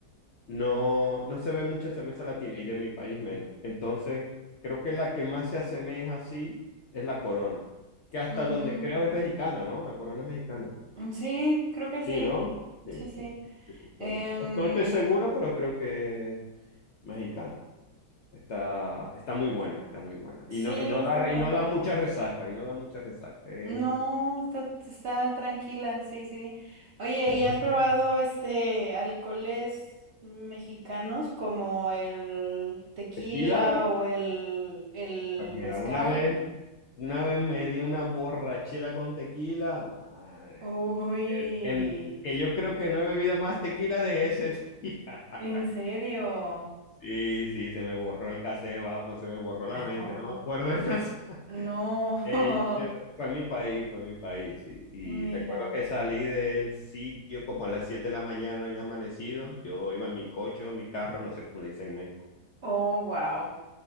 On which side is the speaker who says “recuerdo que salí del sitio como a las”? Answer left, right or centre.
Left